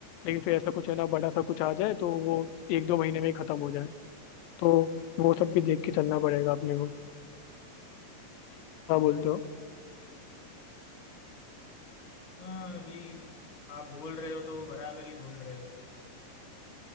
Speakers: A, on the left; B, on the left.
A: लेकिन फिर ऐसा कुछ है ना बड़ा सा कुछ आ जाए तो वो एक दो महीने में ही खत्म हो जाए तो वो सब भी देख के चलना पड़ेगा अपने को क्या बोलते हो
B: हाँ अभी आप बोल रहे हो तो बराबर ही बोल रहे हो